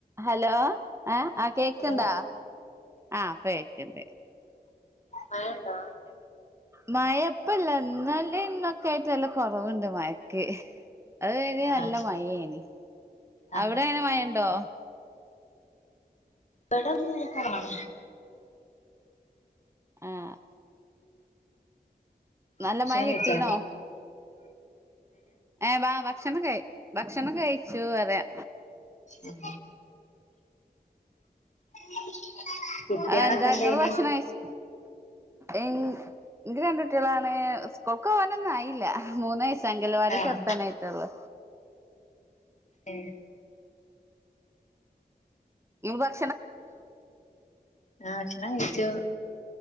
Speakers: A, on the right; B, on the left.
A: Hello ഏഹ് ആഹ് കേക്ക്ണ്ട
B: hello
A: ആഹ് ഇപ്പ കേക്ക്ണ്ട്
B: മഴയുണ്ടോ?
A: മയയിപ്പില്ല ഇന്നലെ ഇന്നൊക്കെ ആയിട്ട് നല്ല കുറവുണ്ട് മയക്ക് അത് കഴിഞ്ഞ്
B: ആഹ്
A: നല്ല മയയായിനി.
B: ആഹ്
A: അവിടെ എങ്ങനെ മയയുണ്ടോ
B: ഇവിടാ <inaudible> പറയണ കാണാം
A: ആഹ് നല്ല
B: ഭക്ഷണം
A: മഴ കിട്ടീണോ
B: കഴിച്ചോ
A: ഏഹ് വാ വാ ഭക്ഷണം ക ഭക്ഷണം കയിച്ചു പറയാ
B: ഉം <inaudible> കുട്ട്യാളൊക്കെ
A: എ എന്താ
B: എന്തെയ്യ്ണ്
A: നിങ്ങള് ഭക്ഷണം കയിച് എൻ ക്ക് രണ്ടു ട്ട്യാളാണ് സ്ക്കൂൾക്കോവനൊന്നു ആയില്ല മൂന്ന്യ്സ് അങ്കലവാടി
B: ആഹ്
A: ചേർത്താനായിട്ടൊളളു
B: ആഹ്
A: ഇ <unintelligible>
B: ആ ഭക്ഷണം കഴിച്ചു